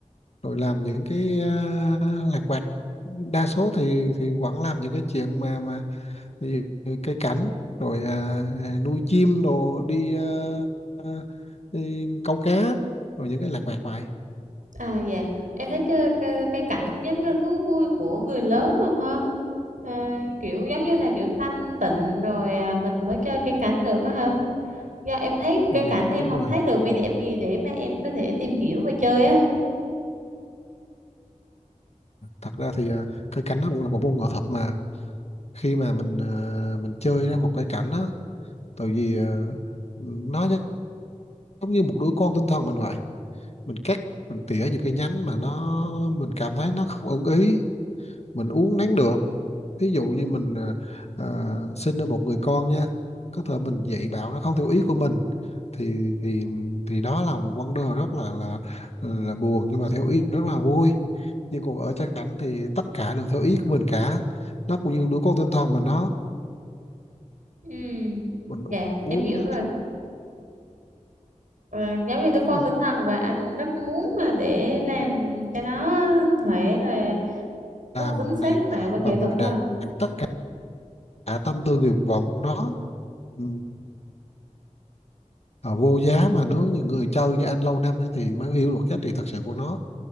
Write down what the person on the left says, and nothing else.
rồi làm những cái à, lặt vặt đa số thì thì vẫn làm những cái chuyện mà mà thì cây cảnh rồi à, nuôi chim đồ đi, à, à, đi câu cá rồi những cái lặt vặt vậy
ừ,
đúng
rồi
thật ra thì à, cây cảnh nó cũng là một môn nghệ thuật mà khi mà mình à, mình chơi ra một cây cảnh á tại vì à, nó giống như một đứa con tinh thần mình vậy mình cắt mình tỉa những cái nhánh mà nó mình cảm thấy nó không ưng ý mình uốn nắn được thí dụ như mình à, à, sinh ra một người con nhé, có thể mình dạy bảo nó không theo ý của mình thì thì thì đó là một vấn đề rất là là là buồn nhưng mà theo ý rất là vui nhưng còn ở cha cảnh thì tất cả đều theo ý của mình cả nó cũng như đứa con tinh thần mình đó
mình
uống
nắng,
mình
làm
này
và mình
đạt tất cả tâm tư nguyện vọng của nó Ừ. à, vô giá mà nếu như người chơi như anh lâu năm ấy thì mới hiểu được giá trị thật sự của nó